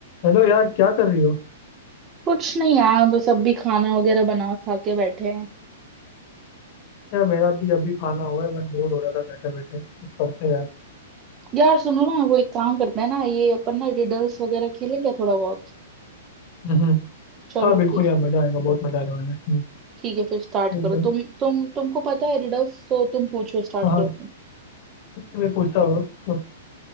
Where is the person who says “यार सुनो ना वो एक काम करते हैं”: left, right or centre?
Right